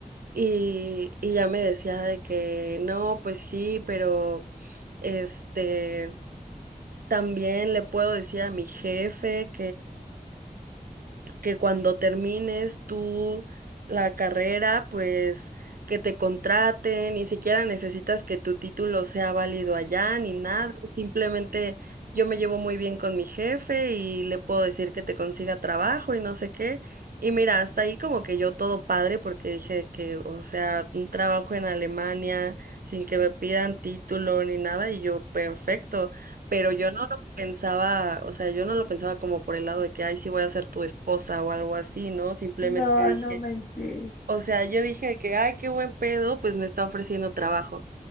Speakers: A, on the right; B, on the left.
A: Y, y ya me decía de que no, pues sí, pero este, también le puedo decir a mi jefe que cuando termines tú la carrera, pues que te contraten, ni siquiera necesitas que tu título sea válido allá ni nada, simplemente yo me llevo muy bien con mi jefe y le puedo decir que te consiga trabajo y no sé qué. Y mira, hasta ahí como que yo todo padre porque dije que, o sea, un trabajo en Alemania sin que me pidan título ni nada y yo perfecto pero yo no lo pensaba, o sea, yo no lo pensaba como por el lado de que, ay, sí voy a ser tu esposa o algo así, ¿no? Simplemente
B: No,
A: dije,
B: no manches,
A: o sea, yo dije que, ay, qué buen pedo, pues me está ofreciendo trabajo.